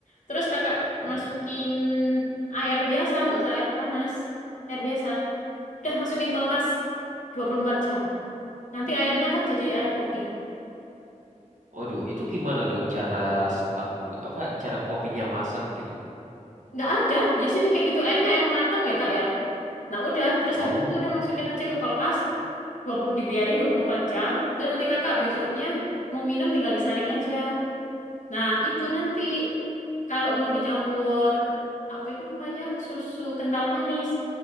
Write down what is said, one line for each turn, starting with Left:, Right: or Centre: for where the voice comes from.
Left: Terus Kakak
Right: Hmm.
Left: masukin air biasa, nggak usah air panas, air biasa. Udah masukin kulkas 24 jam. Nanti airnya kan jadi air kopi.
Right: Waduh, itu gimana dong cara s- ap- apa cara kopinya masak gitu?
Left: Nggak ada. Ya sudah kayak gitu. Airnya air mateng ya, Kak ya. Nah, udah. Terus
Right: Oh,
Left: habis itu udah masukin aja ke kulkas. dua puluh dibiarin 24 jam. Terus nanti kakak besoknya mau minum tinggal disaring aja. Nah, itu nanti kalau mau dicampur apa itu namanya susu kental manis